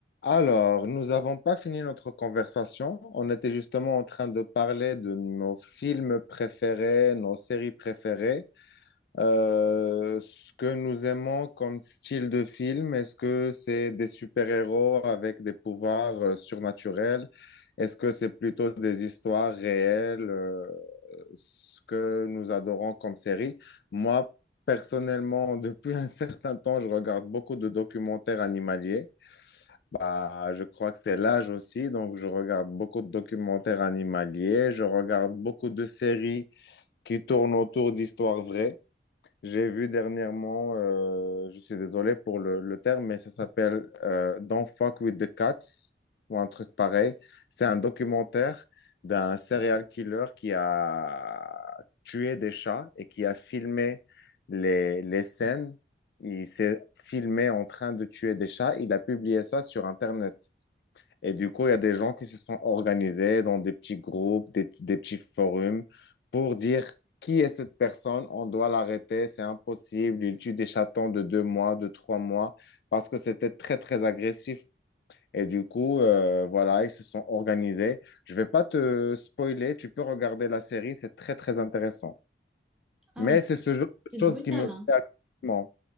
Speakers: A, on the left; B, in the centre.
A: Alors, nous n'avons pas fini notre conversation. On était justement en train de parler de nos films préférés, nos séries préférées, euh, ce que nous aimons comme style de film. Est-ce que c'est des super-héros avec des pouvoirs euh, surnaturels? Est-ce que c'est plutôt des histoires réelles, euh, ce que nous adorons comme série? Moi, personnellement, <laughs> depuis un certain temps, je regarde beaucoup de documentaires animaliers. Bah, je crois que c'est l'âge aussi, donc je regarde beaucoup de documentaires animaliers, je regarde beaucoup de séries qui tournent autour d'histoires vraies. J'ai vu dernièrement, euh, je suis désolé pour le, le terme, mais ça s'appelle euh, Don't Fuck with the Cats ou un truc pareil. C'est un documentaire d'un serial killer qui a tué des chats et qui a filmé les, les scènes. Il s'est filmé en train de tuer des chats. Il a publié ça sur Internet. Et du coup, il y a des gens qui se sont organisés dans des petits groupes, des, des petits forums pour dire qui est cette personne, on doit l'arrêter, c'est impossible, il tue des chatons de deux mois, de trois mois, parce que c'était très, très agressif. Et du coup, euh, voilà, ils se sont organisés. Je vais pas te spoiler, tu peux regarder la série, c'est très, très intéressant.
B: Ah
A: Mais
B: ouais,
A: c'est ce genre de
B: c'est
A: choses
B: brutal,
A: qui me plaît
B: hein.
A: actuellement.